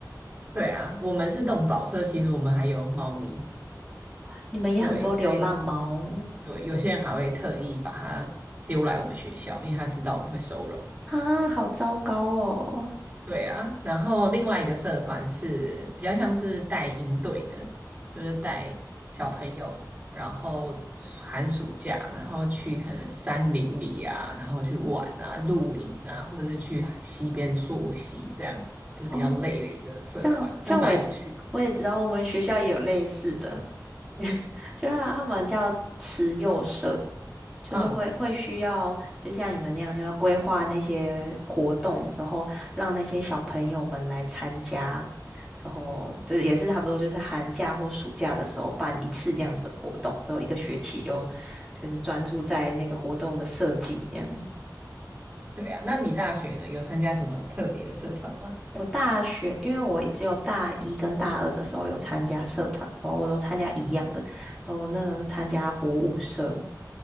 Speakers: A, on the right; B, in the centre.
A: 对啊，我们是动保社，其实我们还有猫咪，
B: 你们也很多流浪猫
A: 对，所以对，有些人还会特意把它丢来我们学校，因为他知道我们会收容。
B: 啊，好糟糕哦！
A: 对啊，然后另外一个社团是比较像是带营队的，就是带小朋友，然后寒暑假，然后去可能山林里啊，然后去玩啊、露营啊，或者是去溪边溯溪，这样就是比较累的一个社团，
B: 哦，这样这样我也我也知道，
A: 但蛮有趣的。
B: 我们学校也有类似的，<laughs> 就他他们叫慈幼社，就是会会需要，
A: 嗯，
B: 就像你们那样，就要规划那些活动之后，让那些小朋友们来参加，之后就是也是差不多，就是寒假或暑假的时候办一次这样子的活动，之后一个学期就就是专注在那个活动的设计这样。
A: 对啊，那你大学呢，有参加什么特别的社团吗？
B: 我大学，因为我只有大一跟大二的时候有参加社团，然后我都参加一样的，然后那时候是参加活舞社，